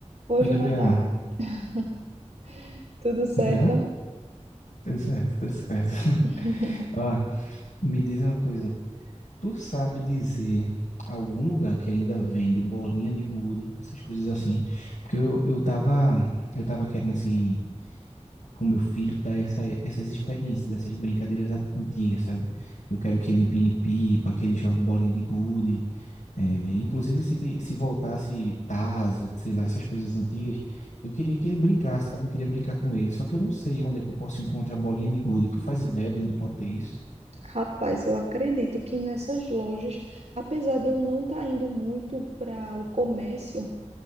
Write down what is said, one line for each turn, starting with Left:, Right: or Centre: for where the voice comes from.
Right: Hoje
Left: Oi, Gabriela.
Right: o Nadav. <laughs> Tudo certo?
Left: Gabriela? Tudo certo, tudo certo. <laughs>
Right: <laughs>
Left: Ó, me diz uma coisa. Tu sabe dizer algum lugar que ainda vende bolinha de gude, essas coisas assim? Porque eu, eu tava, eu tava querendo, assim, com meu filho, dar essa, essas experiências, dessas brincadeiras a- antigas, sabe? Eu quero que ele empine pipa, que ele jogue bolinha de gude. É, inclusive, se, te- se voltasse Tazo, sei lá, essas coisas antigas, eu queria que ele brincasse, sabe? Eu queria brincar com ele, só que eu não sei onde é que eu posso encontrar a bolinha de gude. Tu faz ideia de onde pode ter isso?
Right: Rapaz, eu acredito que nessas lojas, apesar de eu não estar indo muito para o comércio,